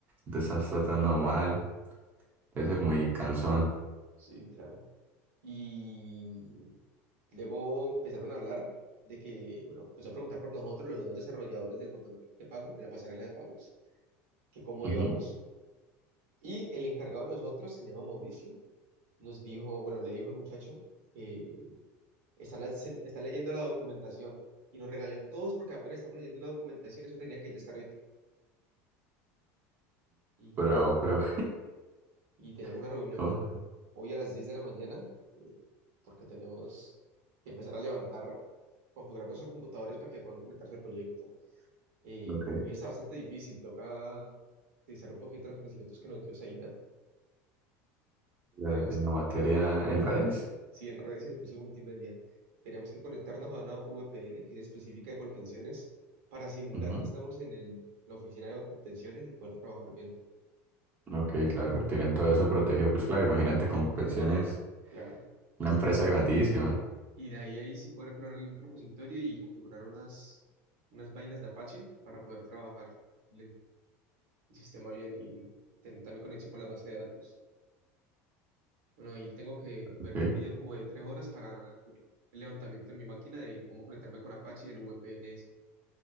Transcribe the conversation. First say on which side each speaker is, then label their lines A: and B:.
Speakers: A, on the right; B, on the right.
A: te estás tratando mal, debe ser muy
B: Sí,
A: cansón.
B: sí, claro. Y luego empezaron a hablar de que, bueno, empezó a preguntar por nosotros, los dos desarrolladores del botón de pago, de la pasarela de pagos, que cómo
A: Ujú.
B: íbamos. Y el encargado de nosotros, que se llama Mauricio, nos dijo, bueno, le dijo al muchacho, eh, Están, la- se- están leyendo la documentación y nos regañó a todos porque apenas estamos leyendo la documentación, eso tenía que ya estar hecho. Y,
A: Pero, pero,
B: y tenemos una
A: <laughs>
B: reunión
A: ¿cómo?
B: hoy a las 10 de la mañana eh, porque tenemos que empezar a levantar, configurar nuestros computadores para que puedan conectarse al proyecto. Eh,
A: ok,
B: por lo que está bastante difícil, toca utilizar un poquito los conocimientos que nos dio Saida.
A: la-
B: Tenemos
A: en
B: que
A: la materia, en redes,
B: Sí, en redes y servicios multimedia. Tenemos que conectarnos a una VPN que es específica de Colpensiones para simular
A: Ujú.
B: que estamos en el- la oficina de Colpensiones y poder trabajar bien.
A: Ok, claro, tienen todo eso protegido, pues claro, imagínate con pensiones,
B: Claro.
A: una empresa grandísima,
B: Y de ahí, ahí sí poder explorar el repositorio y configurar unas, unas vainas de Apache para poder trabajar el, el sistema bien y tener también conexión con la base de datos. Bueno, ahí tengo que verme
A: ok,
B: un video como de tres horas para hacer el levantamiento en mi máquina de cómo conectarme con Apache y el VPN.